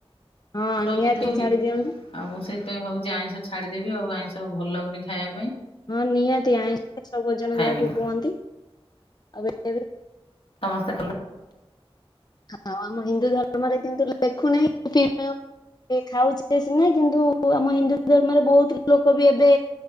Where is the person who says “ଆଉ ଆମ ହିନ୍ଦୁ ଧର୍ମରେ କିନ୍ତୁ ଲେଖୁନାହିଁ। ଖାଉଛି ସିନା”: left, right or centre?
Left